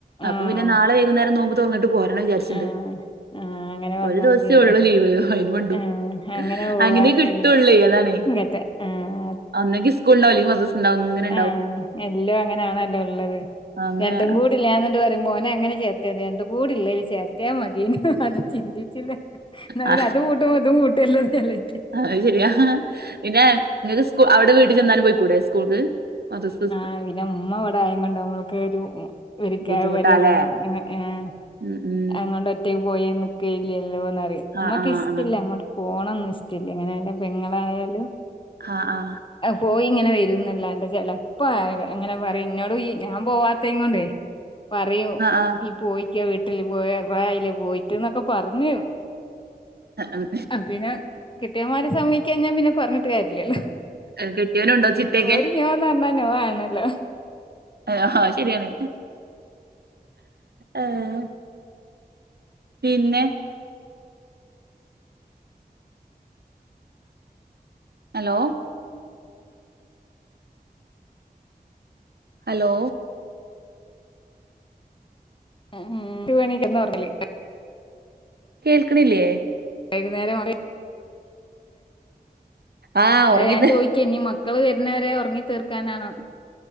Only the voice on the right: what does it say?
അപ്പ പിന്നെ നാളെ വൈകുന്നേരം നോമ്പ് തോറന്നിട്ട് പോരണം വിചാരിച്ചിണ്ട്
ഒരു ദിവസേ
ഉള്ളു ലീവ് അയിന് വേണ്ടു
അങ്ങനെ കിട്ടുവൊള്ളെ അതാണ്
ഒന്നങ്കി ഉസ്കൂളിണ്ടാവും അല്ലെ മദ്രസ ഉണ്ടാവും അങ്ങനെ
ആ, അങ്ങനെ
ആ,
അത് ശരിയാ പിന്നെ നിങ്ങക്ക് സ്കു അവിടെ വീട്ടിൽ ചെന്നാലും പോയിക്കൂടെ സ്കൂൾക്ക് <inaudible>
ബുദ്ധിമുട്ടാല്ലേ
ഉം ഉം
ആ
ആ
ആ
ആഹ് ആഹ്
ആ ആ
ഉം.
<inaudible> കെട്ടിയവനുണ്ടോ ചിട്ടയൊക്കെ
ആഹ് ഹാ അതുശരിയാണ് ആഹ് പിന്നെ ഹലോ ഹലോ
കേൾക്കണില്ലേ
ആഹ് ഉറങ്ങി
ത-